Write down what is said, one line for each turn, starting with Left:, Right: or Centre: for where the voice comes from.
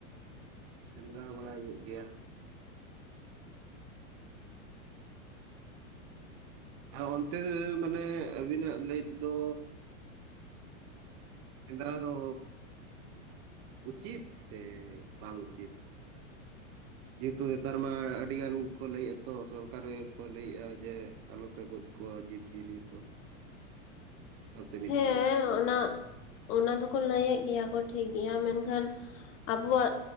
Right: ᱥᱮᱸᱫᱽᱨᱟ ᱵᱟᱲᱟᱭ ᱦᱩᱭᱩᱜ ᱜᱮᱭᱟ ᱾ ᱟᱨ ᱚᱱᱛᱮ ᱢᱟᱱᱮ ᱟᱵᱤᱱᱟᱜ ᱞᱟᱹᱭ ᱛᱮᱫᱚ ᱥᱮᱸᱫᱽᱨᱟ ᱫᱚ ᱩᱪᱤᱛ ᱥᱮ ᱵᱟᱝ ᱩᱪᱤᱛ? ᱡᱮᱦᱮᱛᱩ ᱱᱮᱛᱟᱨ ᱢᱟ ᱟᱹᱰᱤ ᱜᱟᱱ ᱠᱚ ᱞᱟᱹᱭᱮᱫᱼᱟ ᱛᱚ ᱥᱚᱨᱠᱟᱨᱮ ᱜᱮᱠᱚ ᱞᱟᱹᱭᱮᱫᱼᱟ ᱡᱮ ᱟᱞᱚᱯᱮ ᱜᱚᱡ ᱠᱚᱣᱟ ᱡᱤᱵᱽ ᱡᱤᱭᱟᱹᱞᱤ ᱠᱚ ᱚᱱᱟᱛᱮ ᱢᱤᱫ
Left: ᱦᱮᱸ
Right: ᱵᱟᱨ ᱠᱟᱛᱷᱟᱧ
Left: ᱚᱱᱟ
Right: ᱞᱟᱹᱭ ᱞᱮᱜᱮ
Left: ᱚᱱᱟ ᱫᱚᱠᱚ ᱞᱟᱹᱭᱮᱜ ᱜᱮᱭᱟ ᱠᱚ ᱴᱷᱤᱠ ᱜᱮᱭᱟ ᱢᱮᱱᱠᱷᱟᱱ ᱟᱵᱚᱣᱟᱜ